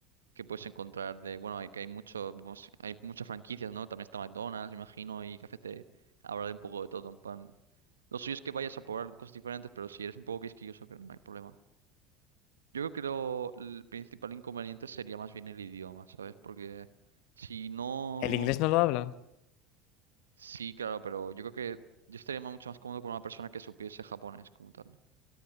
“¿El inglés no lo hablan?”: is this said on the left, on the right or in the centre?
Left